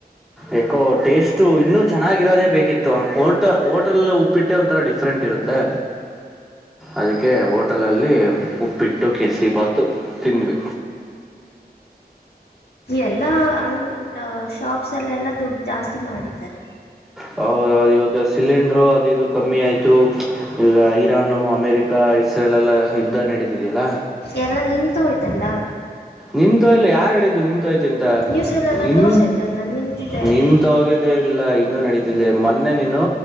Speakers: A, in the centre; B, on the left (about 75°).
A: ಯಾಕೋ ಟೇಸ್ಟು ಇನ್ನೂ ಚೆನ್ನಾಗಿರೋದೇ ಬೇಕಿತ್ತು ಓಟ ಹೋಟೆಲ ಉಪ್ಪಿಟ್ಟೆ ಒಂಥರ ಡಿಫ್ರೆಂಟ್ ಇರುತ್ತೆ ಅದಿ ಕ್ಕೆ ಹೋಟೆಲಲ್ಲಿ ಉಪ್ಪಿಟ್ಟು ಕೇಸರಿಬಾತು ತಿಂದ್ವಿ.
B: ಎಲ್ಲಾ ಹಂಗ್ ಆ ಶಾಪ್ಸ್ ಅಲ್ಲೆಲ್ಲ ದುಡ್ ಜಾಸ್ತಿ ಮಾಡಿದ್ದಾರೆ
A: ಹೌದೌದು ಇವಾಗ ಸಿಲಿಂಡರು ಅದು ಇದು ಕಮ್ಮಿ ಆಯ್ತು ಈಗ ಇರಾನ್ ಅಮೇರಿಕ ಇಸ್ರೇಲ್ ಎಲ್ಲ ಯುದ್ಧ ನಡೀತಿದೆಯಲ್ಲ
B: ಎಲ್ಲಾ ನಿಂತ ಹೋಯ್ತಲ್ಲ
A: ನಿಂತ ಇಲ್ಲ ಯಾರ ಹೇಳಿದ್ದು ನಿ ತೊಯಿತಂತ
B: ನ್ಯೂಸಲ್ಲೆಲ್ಲ
A: ಇನ್
B: ತೋರಿಸಿದ್ರಲ್ಲ ನಿಂತಿದೆ
A: ನಿಂತೋಗಿದ್ದೇನಿಲ್ಲ
B: ಅಂತ
A: ಇನ್ನು ನಡೀತಿದೆ ಮೊನ್ನೆ ನೀನು